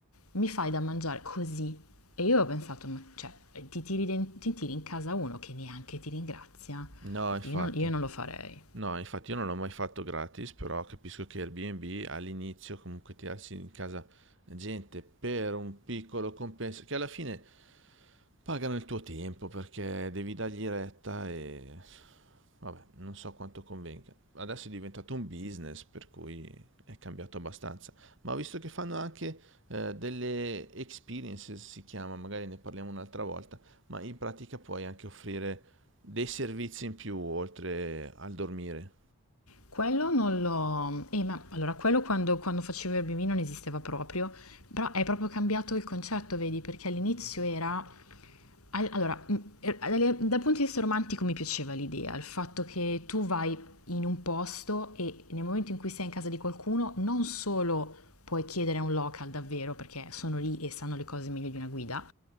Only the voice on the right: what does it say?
No, infatti.
No, infatti io non l'ho mai fatto gratis, però capisco che Airbnb all'inizio comunque tirarsi in casa gente per un piccolo compenso, che alla fine pagano il tuo tempo perché devi dargli retta e vabbè, non so quanto convenga. Adesso è diventato un business, per cui è cambiato abbastanza. Ma ho visto che fanno anche eh, delle experiences, si chiama, magari ne parliamo un'altra volta, ma in pratica puoi anche offrire dei servizi in più oltre al dormire.